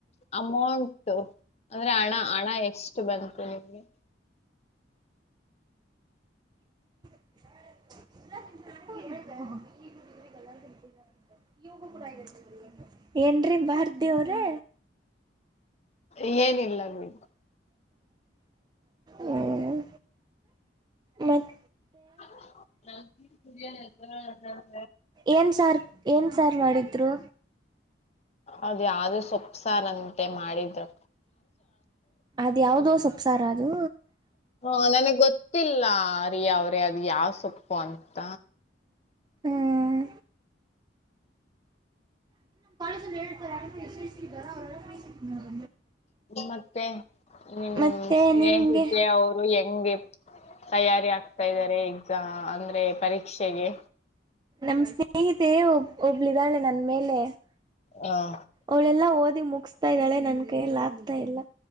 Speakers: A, on the left; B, on the right.
A: ಅಮೌಂಟ್ ಅಂದ್ರೆ ಹಣ ಹಣ ಎಷ್ಟು ಬರುತ್ತೆ ನಿಮ್ಗೆ
B: <inaudible> ಏನ್ ರಿ ಭಾರತಿ ಅವರ್ರೆ
A: ಏನಿಲ್ಲ ಬಿಡಿ
B: ಹ್ಮ್ ಮತ್
A: <inaudible>
B: ಏನ್ ಸಾರ್ ಏನ್ ಸಾರ್ ಮಾಡಿದ್ರು
A: ಅದ್ ಯಾವ್ದೋ ಸೊಪ್ ಸಾರಂತೆ ಮಾಡಿದ್ರು
B: ಅದ್ ಯಾವ್ದೋ ಸೊಪ್ಸಾರ ಅದು
A: ಹಾ ನನಗ್ ಗೊತ್ತಿಲ್ಲ ಅರಿ ಅವ್ರೆ ಅದು ಯಾವ ಸೊಪ್ಪು ಅಂತ
B: ಹಾಂ <unintelligible>
A: ಮತ್ತೆ ನಿಮ
B: ಮತ್ತೆ
A: ಸ್ನೇಹಿತೆ
B: ನಿಮ್ಗೆ
A: ಅವರು ಹೆಂಗೆ ತಯಾರಿ ಆಗ್ತಾ ಇದ್ದಾರೆ ಎಕ್ಜ್ ಅಂದ್ರೆ ಪರೀಕ್ಷೆಗೆ.
B: ನಮ್ ಸ್ನೇಹಿತೆ ಒಬ್ ಒಬ್ಳಿದಾಳೆ ನನ್ ಮೇಲೆ
A: ಹ
B: ಅವಳೆಲ್ಲಾ ಓದಿ ಮುಗಸ್ತಾ ಇದ್ದಾಳೆ ನನ್ ಕೈಯಲ್ಲ ಆಗ್ತಾ ಇಲ್ಲ